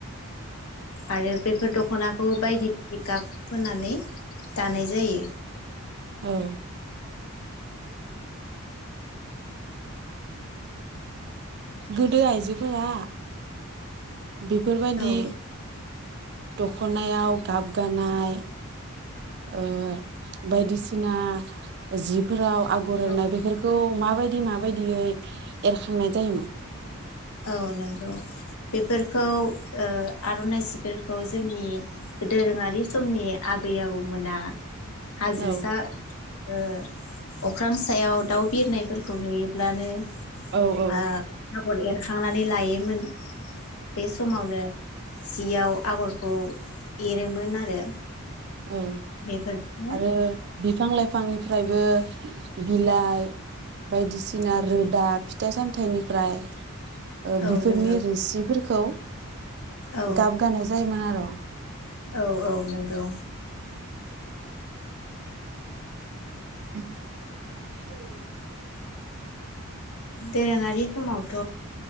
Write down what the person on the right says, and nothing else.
औ गोदो आइजोफोरा। बेफोरबायदि
दख'नायाव गाब गानाय ओ बायदिसिना जिफोराव आगर एरनाय
बेफोरखौ माबायदि माबायदियै एरखांनाय जायोमोन।
औ
औ
औ
आरो बिफां लाइ फांनिफ्रायबो बिलाइ बायदिसिना रोदा फिथाइ सामथाइनिफ्राय ओ बिफोरनि
रोसि फोरखौ
गाब गानाय जायोमोन आरो
<unintelligible>